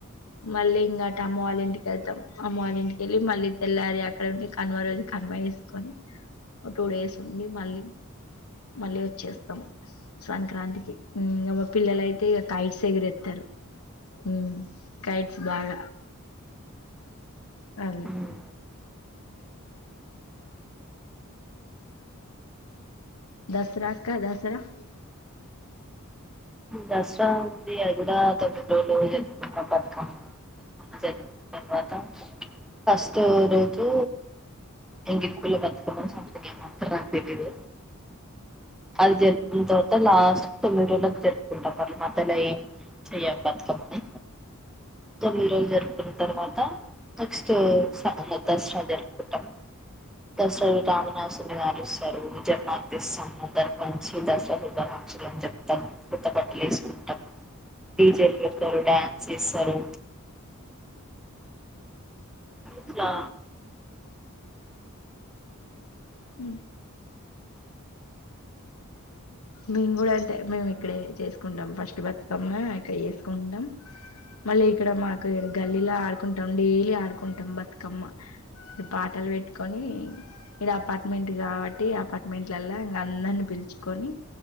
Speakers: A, on the left; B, in the centre.
A: మళ్ళీ ఇంకటు అమ్మ వాళ్ళ ఇంటికెళ్తాం. అమ్మ వాళ్ళ ఇంటికెళ్ళి మళ్ళీ తెల్లారి అక్కడ ఉండి, కనుమ రోజు కనుమ చేసుకొని, ఒ టూ డేస్ ఉండి మళ్ళీ మళ్ళీ వచ్చేస్తామ్ సంక్రాంతికి. మ్ ఇంగ మా పిల్లలయితే ఇగ కైట్స్ ఎగరేత్తారు. మ్ కైట్స్ బాగ అదే.
B: ఉమ్.
A: దసరాక్క, దసరా? ఆ
B: దసరా ఉంది. అదిడ తొమ్మిది రోజులు జరుపుకుంటాం. బతుకమ్మ అది జరిగిన తర్వాత, ఫస్ట్ రోజు ఇంగ ఇక్కల బతుకమ్మ <unintelligible> నాకు తెలీదు. అది జరుపుకున్న తర్వాత, లాస్ట్ కి తొమ్మిది రోజ్లకి జరుప్ కుంటాం మళ్ళ మధ్యలో ఏం చెయ్యం. బతుకమ్మని. తొమ్మిది రోజులు జరుపుకున్న తర్వాత, నెక్స్ట్ స దసరా జరుపుకుంటాం. దసరా రావణాసురుని కాలుస్తారు. జన్మార్తిస్తాము దాంట్లో నుంచి దసరా పు క్ష <unintelligible> చెప్పతాము కొత్త బట్టలేసుకుంటాం డిజే లు పెడతారు డ్యాన్స్ వేస్తారు
A: ఆ
B: ఎందుకిల
A: మ్మ్ మేము కూడా అంతే మేము ఇక్కడే చేసుకుంటాం ఫస్ట్ బతుకమ్మ ఇక్కడ చేసుకుంటాం మళ్ళీ ఇక్కడ మాకు గల్లీలో ఆడుకుంటాం డైలీ ఆడుకుంటాం బతుకమ్మ పాటలు పెట్టుకొని ఇడ అపార్ట్మెంట్ కాబట్టి అపార్ట్మెంట్లల్లొ ఇంకా అందరిని పిలు పిలుచుకొని